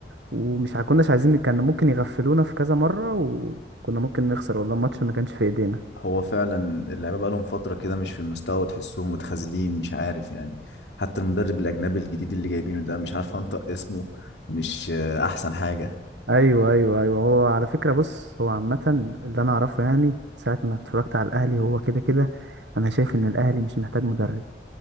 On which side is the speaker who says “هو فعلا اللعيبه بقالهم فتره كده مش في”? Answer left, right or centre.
Left